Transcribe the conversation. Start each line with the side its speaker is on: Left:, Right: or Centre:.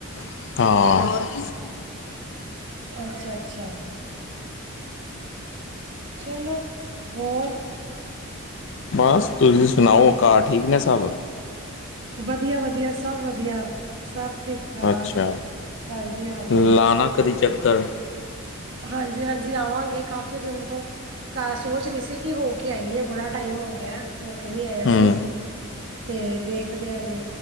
Left: ਹਾਂ
Right: ਅੱਛਾ ਅੱਛਾ ਚਲੋ ਹੋਰ
Left: ਬਸ ਤੁਸੀਂ ਸੁਣਾਓ ਘਰ ਠੀਕ ਨੇ ਸਭ
Right: ਵਧੀਆ ਵਧੀਆ ਸਭ ਵਧੀਆ ਸਭ ਠੀਕ ਠਾਕ
Left: ਅੱਛਾ
Right: ਹਾਂਜੀ ਹਾਂਜੀ
Left: ਲਾਉਣਾ ਕਦੀ ਚੱਕਰ
Right: ਹਾਂਜੀ ਹਾਂਜੀ ਆਵਾਂਗੇ ਕਾਫ਼ੀ ਦਿਨ ਤੋਂ, ਸੋਚ ਰਹੀ ਸੀ ਕਿ ਹੋ ਕੇ ਆਈਏ ਬੜਾ ਟਾਈਮ ਹੋ ਗਿਆ ਹੋ ਕੇ ਨੀ ਆਇਆ
Left: ਹੂੰ।
Right: ਸੀ ਤੇ ਦੇਖਦੇਿਆਂ ਦੇ